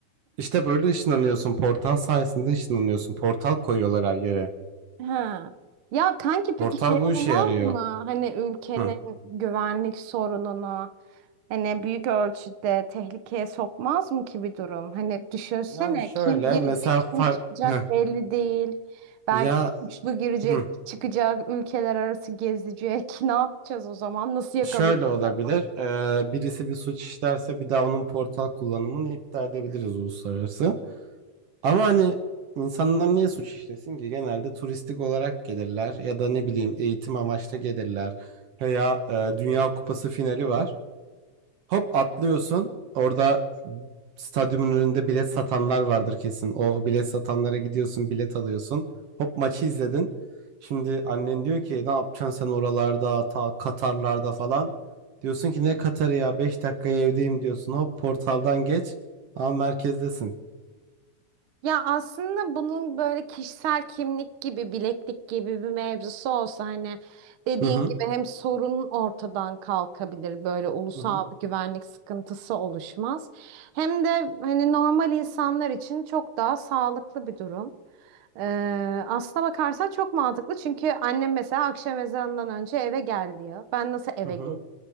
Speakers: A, on the right; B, on the right.
A: İşte böyle ışınlanıyorsun. Portal sayesinde ışınlanıyorsun. Portal koyuyorlar her yere.
B: Ha. Ya kanki
A: Portal
B: peki şey
A: bu
B: olmaz
A: işe yarıyor.
B: mı? Hani ülkenin
A: Hı.
B: güvenlik sorununu hani büyük ölçüde tehlikeye sokmaz mı ki bir durum? Hani düşünsene
A: Yani şöyle
B: kim girecek
A: mesela far-
B: kim çıkacak
A: Heh.
B: belli değil. Belki
A: Ya
B: suçlu girecek
A: hı.
B: çıkacak ülkeler arası gezecek. <laughs> Ne yapacağız o zaman? Nasıl yakalayacağız?
A: şöyle olabilir. Ee, birisi bir suç işlerse bir daha onun portal kullanımını iptal edebiliriz uluslararası. Ama hani insanlar niye suç işlesin ki? Genelde turistik olarak gelirler ya da ne bileyim eğitim amaçlı gelirler. Veya e, Dünya Kupası finali var. Hop atlıyorsun. Orada stadyumun önünde bilet satanlar vardır kesin. O bilet satanlara gidiyorsun, bilet alıyorsun. Hop maçı izledin. Şimdi annen diyor ki ne yapacaksın sen oralarda, ta Katarlarda falan. Diyorsun ki ne Katar'ı ya 5 dakikaya evdeyim diyorsun. Hop portaldan geç. Ama merkezdesin.
B: Ya aslında bunun böyle kişisel kimlik gibi, bileklik gibi bir mevzusu olsa hani dediğin
A: Hı hı.
B: gibi hem sorun ortadan kalkabilir, böyle ulusal
A: Hı hı.
B: bir güvenlik sıkıntısı oluşmaz. Hem de hani normal insanlar için çok daha sağlıklı bir durum. Ee, aslına bakarsan çok mantıklı çünkü annem mesela akşam ezanından önce eve gel diyor. Ben nasıl eve
A: Hı hı.
B: geleyim?